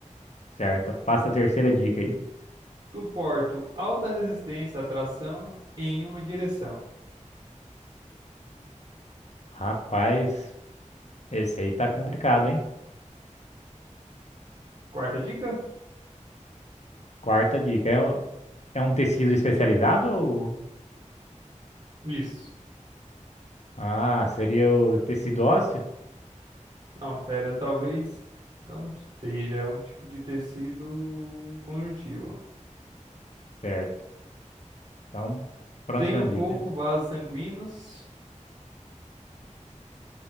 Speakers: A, on the left (about 60°); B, on the right (about 50°).
A: Certo. Passa a terceira dica aí.
B: Suporto alta resistência à tração em uma direção.
A: Rapaz, esse aí tá complicado, hein?
B: Quarta dica?
A: Quarta dica. É um, é um tecido especializado ou...
B: Isso.
A: Ah, seria o tecido ósseo?
B: Não, pera, talvez não seja. É um tipo de tecido conjuntivo.
A: Certo. Então, próxima
B: Tenho pouco
A: dica.
B: vasos sanguíneos.